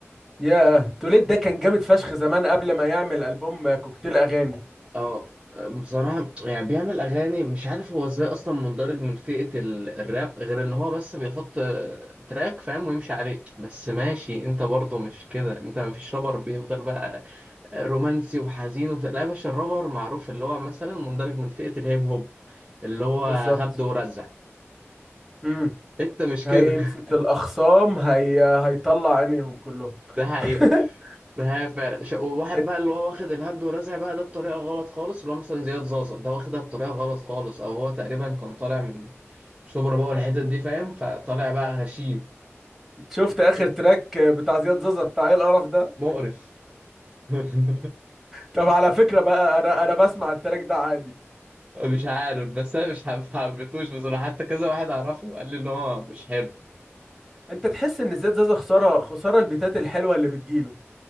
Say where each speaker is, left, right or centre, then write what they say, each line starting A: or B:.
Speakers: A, in the centre; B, on the right.
A: ياه توليد ده كان جامد فشخ زمان قبل ما يعمل ألبوم كوكتيل أغاني
B: اه بصراحة يعني بيعمل أغاني مش عارف هو ازاي أصلا مندرج من فئة ال- الراب غير إن هو بس بيحط آه، تراك فاهم ويمشي عليه بس ماشي أنت برضه مش كده أنت مفيش رابر بيفضل بقى رومانسي وحزين وبتاع لا يا باشا الرابر معروف اللي هو مثلا مندرج من فئة الهيب هوب اللي هو
A: بالظبط
B: هبد ورزع
A: امم
B: أنت مش كده
A: هيمسك الأخصام هي... هيطلع عينيهم كلهم
B: <laughs> ده حقيقة
A: <laughs>
B: ده هي فعلا ش- وواحد
A: إت-
B: بقى اللي هو واخد الهبد ورزع بقى ده بطريقه غلط خالص اللي هو مثلا زياد زازا ده واخدها بطريقه غلط خالص او هو تقريبا كان طالع من شبرا بقى والحتت دي فاهم فطالع بقى غشيم
A: شفت آخر تراك بتاع زياد زازا بتاع ايه القرف ده
B: مقرف <laughs>
A: طب على فكرة بقى أنا أنا بسمع التراك ده عادي
B: مش عارف بس انا مش حب- حبيتهوش بصراحه حتى كذا واحد اعرفه قال لي ان هو مش حلو
A: أنت تحس إن زياد زازا خسارة خسارة البيتات الحلوة اللي بتجيله